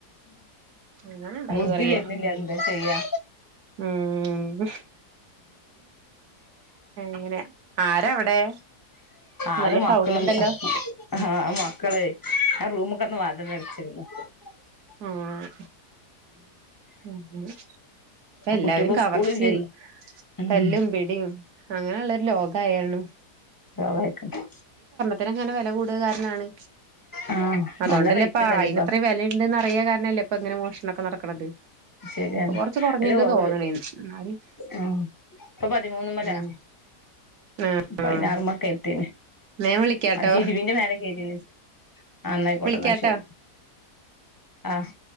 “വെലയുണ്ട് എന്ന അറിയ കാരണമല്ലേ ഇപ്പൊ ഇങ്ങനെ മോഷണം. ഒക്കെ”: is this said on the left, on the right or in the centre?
Right